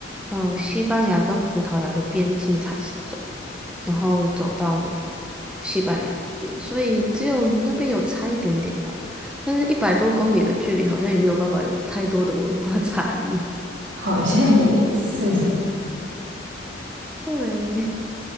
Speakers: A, in the centre; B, on the right (about 70°).
A: 嗯、呃西班牙跟葡萄牙的边境开始走，然后走到那个西班牙里面，所以只有那边有差一点点吧，但是一百多公里的距离好像也没有办法有太多的文化 <laughs> 差异。
B: 好像也是
A: <laughs> 对，